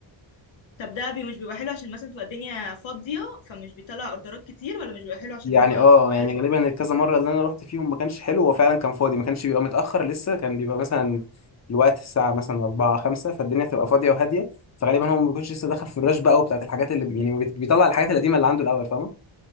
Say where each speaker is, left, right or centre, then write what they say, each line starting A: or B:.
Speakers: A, on the left (about 75°); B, on the left (about 35°).
A: طب ده بي مش بيبقى حلو عشان مثلا تبقى الدنيا فاضيه فمش بيطلع اوردرات كتير ولا مش بيبقى حلو عشان
B: يعني
A: هو
B: اه يعني
A: قلشت
B: غالبا
A: منه
B: الكذا مره اللي انا رحت فيهم ما كانش حلو هو فعلا كان فاضي ما كانش بيبقى متاخر لسه كان بيبقى مثلا الوقت الساعه مثلا 4 5 فالدنيا تبقى فاضيه وهاديه فغالبا هو ما بيكونش لسه دخل في الرش بقى وبتاعت الحاجات اللي بي- يعني ما بيت- بيطلع الحاجات القديمه اللي عنده الاول فاهمه